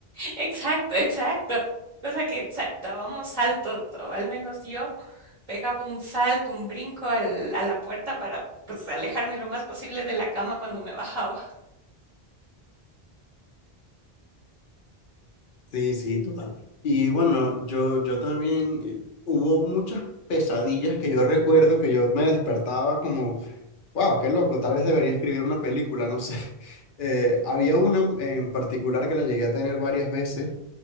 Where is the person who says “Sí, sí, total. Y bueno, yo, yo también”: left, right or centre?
Left